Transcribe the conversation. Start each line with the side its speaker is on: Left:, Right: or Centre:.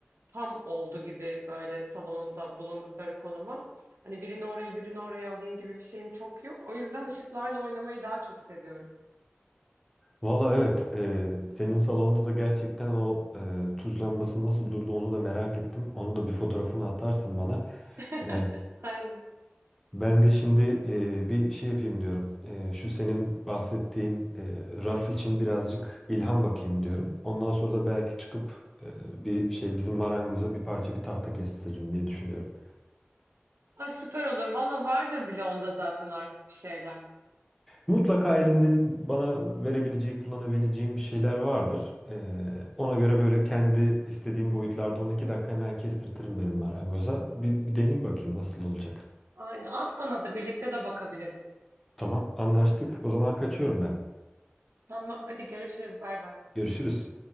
Right: tam oldu gibi böyle salonumda bulundukları konuma. Hani birini oraya birini oraya alayım gibi bir şeyim çok yok. O yüzden ışıklarla oynamayı daha çok seviyorum.
Centre: Valla evet, e, Hmm. senin salonda da gerçekten o e, tuz lambası nasıl durdu onu da merak ettim. Onu da bir fotoğrafını atarsın bana.
Right: <laughs>
Centre: E,
Right: Aynen.
Centre: ben de şimdi e, bir şey yapayım diyorum. E, şu senin bahsettiğin e, raf için birazcık ilham bakayım diyorum. Ondan sonra da belki çıkıp e, bir şey bizim marangoza bir parça bir tahta kestiririm diye düşünüyorum.
Right: Ay süper olur. Valla vardır bile onda zaten artık bir şeyler.
Centre: Mutlaka elinde bir- bana verebileceği, kullanabileceğim bir şeyler vardır. Ee, ona göre böyle kendi istediğim boyutlarda 12 dakika hemen kestirtirim benim marangoza. Bir, bir deneyeyim bakayım nasıl olacak.
Right: Aynen. At bana da birlikte de bakabiliriz.
Centre: Tamam, anlaştık. O zaman kaçıyorum ben.
Right: Tamam hadi görüşürüz. Bay bay.
Centre: Görüşürüz.